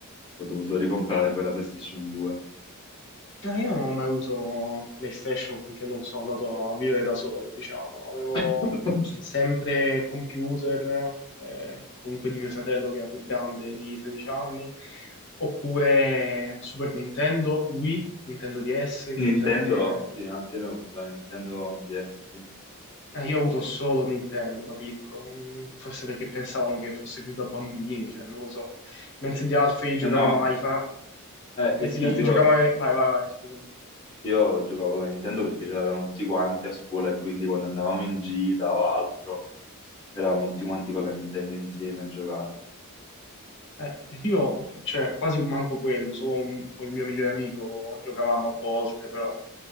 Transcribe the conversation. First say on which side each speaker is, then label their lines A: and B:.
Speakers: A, on the left; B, on the left.
A: ho dovuto ricomprare poi la PlayStation 2.
B: no, io non ho mai avuto PlayStation finché non sono andato a vivere da solo, diciamo. Avevo
A: <laughs>
B: sempre computer, eh, comunque di mio fratello che era più grande di 13 anni, oppure Super Nintendo, Wii, Nintendo DS,
A: Nintendo,
B: quindi sempre...
A: sì, anche noi ho avuto la Nintendo DS, sì.
B: eh, io ho avuto solo Nintendo da piccolo, mm, forse perché pensavamo che fosse più da bambini, cioè, non lo so. Mentre gli altri giocavano
A: Eh no,
B: ai... fa-
A: eh,
B: Mentre
A: eh sì,
B: gli altri
A: io,
B: giocavano... ai- Vai, vai, vai, scusa.
A: io giocavo alla Nintendo perché ce l'avevano tutti quanti a scuola e quindi quando andavamo in gita o altro, eravamo tutti quanti con la Nintendo insieme a giocare.
B: Eh, io, cioè, quasi manco quello, solo un- con il mio migliore amico giocavamo a volte, però